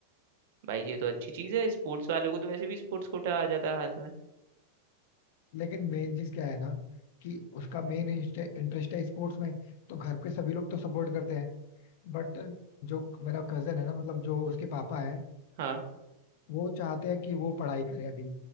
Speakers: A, on the right; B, on the left.
A: भाई ये तो अच्छी चीज है स्पोर्ट्स वालों को तो वैसे भी स्पोर्ट्स कोटा आ जाता है हाथ में
B: लेकिन मेन चीज क्या है ना कि उसका मेन इंटरेस्ट है स्पोर्ट्स में तो घर के सभी लोग तो सपोर्ट करते हैं बट जो मेरा कजन है ना मतलब जो उसके पापा है
A: हाँ
B: वो चाहते हैं कि वो पढ़ाई करे अभी